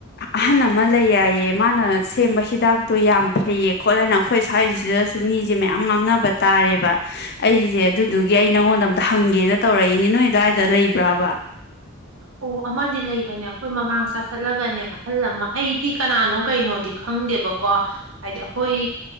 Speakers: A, on the left; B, on the right.
A: ꯑꯍꯟ ꯑꯃ ꯂꯩ ꯍꯥꯏꯏꯌꯦꯕ ꯃꯥꯅ ꯁꯦꯝꯕ ꯍꯤꯗꯥꯛꯇꯣ ꯌꯥꯝ ꯐꯩꯌꯦ ꯈꯣꯠꯂꯦꯅ ꯑꯩꯈꯣꯏ ꯁ꯭ꯋꯥꯏꯁꯤꯗꯁꯨ ꯃꯤꯁꯦ ꯃꯌꯥꯝ ꯉꯥꯡꯅꯕ ꯇꯥꯔꯦꯕ ꯑꯩꯁꯦ ꯑꯗꯨꯗꯨꯒꯤ ꯑꯩ ꯅꯉꯣꯟꯗ ꯑꯝꯇ ꯍꯪꯒꯦꯅ ꯇꯧꯔꯛꯏꯅꯦ ꯅꯣꯏ ꯑꯗꯨ꯭ꯋꯥꯏꯗ ꯂꯩꯕ꯭ꯔꯥꯕ
B: ꯑꯣ ꯑꯃꯗꯤ ꯂꯩꯕꯅꯦ ꯑꯩꯈꯣꯏ ꯃꯃꯥꯡ ꯆꯈꯠꯂꯒꯅꯦ ꯑꯍꯜ ꯑꯃ ꯑꯩꯗꯤ ꯀꯅꯥꯅꯣ ꯀꯩꯅꯣꯗꯤ ꯈꯪꯗꯦꯕꯀꯣ ꯍꯥꯏꯗꯤ ꯑꯩꯈꯣꯏ